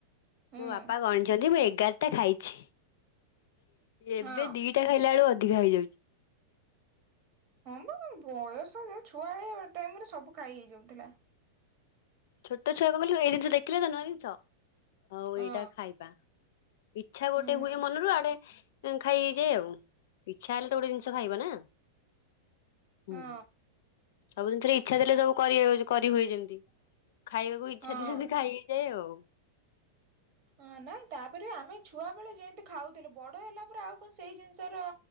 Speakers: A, on the right; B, on the left.
A: ହୁଁ
B: ମୋ ବାପା ଗଣିଛନ୍ତି ମୁଁ ଏଗାରଟା ଖାଇଛି। ଏବେ
A: ହଁ
B: ଦିଟା ଖାଇଲା ବେଳୁ ଅଧିକା ହେଇଯାଉ
A: ହଁ ବା ବୟସ ଛୁଆଳିଆ ଟାଇମ ରେ ସବୁ ଖାଇ ହେଇ ଯାଉଥିଲା।
B: ଛୋଟ ଛୁଆ କଣ କହିଲୁ ଏଇ ଜିନିଷ ଦେଖିଲେ ତ ନୂଆ ଜିନିଷ ଆଉ
A: ହଁ
B: ଏଇଟା ଖାଇବା। ଇଚ୍ଛା
A: ହୁଁ
B: ଗୋଟେ ହୁଏ ମନରୁ ଆଡେ ଖାଇଯାଏ ଆଉ। ଇଛା ହେଲେ ତ ଗୋଟେ ଜିଷ ଖାଇବ ନା
A: ହଁ
B: ହୁଁ ସବୁ ଜିନିଷରେ ଇଛା ଥିଲେ ସବୁ କରି କରିହୁୁଏ ଯେମତି। ଖାଇବାକୁ ଇଚ୍ଛା
A: ହଁ
B: ସେ ଖାଇ ହେଇ ଯାଏ ଆଉ।
A: ହଁ ନାଇଁ ତାପରେ ଆମେ ଛୁଆବେେଳେ ଯେମିତି ଖାଉଥିଲେ ବଡ଼ ହେଲା ପରେ ଆଉ କଣ ସେଇ ଜିନିଷର